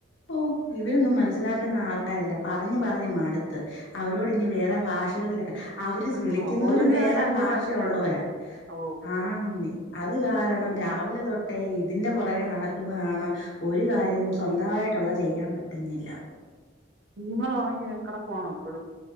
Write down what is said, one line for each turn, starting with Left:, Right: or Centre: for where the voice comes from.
Left: ഓ ഇവരൊന്നും മനസ്സിലാക്കുന്ന ആൾക്കാരല്ല പറഞ്ഞഞ് പറഞ്ഞ് മാടു അവരോട് ഇനി വേറെ ഭാഷകളിലൊക്കെ അവര്
Right: ആഹ്
Left: വിളിക്കുന്നവരും
Right: ഓൾറെഡി
Left: വേറെ
Right: അവര് അന്യഭാഷയിലായിപ്പോല്ലേ
Left: ഭാഷയ ഉള്ളവരാ
Right: ഓ
Left: ആണെന്നീ അത് കാരണം രാവിലെ തൊട്ടേ ഇതിറെ പുറകെ നടക്കുന്നതാണ് ഒരു കാര്യവും സ്വന്തമായിട്ടുള്ള ചെയ്യാൻ പറ്റുന്നില്ല
Right: കുഞ്ഞുങ്ങൾ ഉറങ്ങി കിടക്കുവാണോ എപ്പോഴും